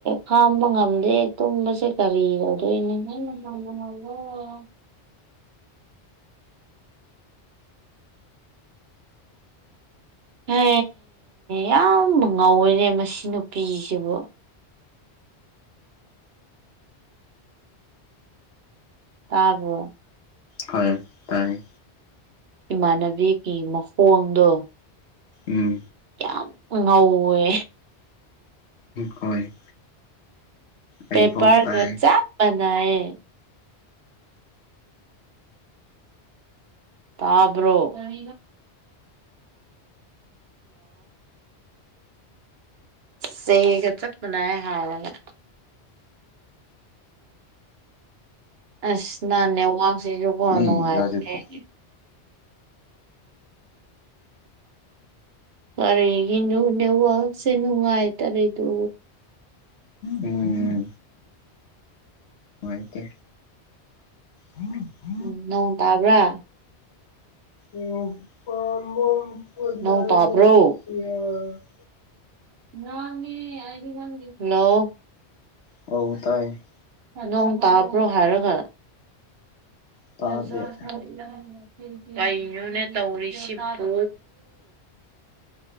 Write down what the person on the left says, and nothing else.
ꯍꯣꯏ ꯇꯥꯏ
ꯎꯝ
ꯍꯣꯏ
ꯑꯩꯐꯥꯎ ꯇꯥꯏ
ꯏ ꯌꯥꯖꯤꯛꯄꯣ
ꯎꯝ ꯉꯥꯏꯇꯦ ꯎꯝ
ꯎ ꯐꯃꯝꯄ
ꯌꯥꯥꯏꯒꯁꯤ
<unintelligible>
ꯑꯧ ꯇꯥꯏ
ꯇꯥꯗꯦ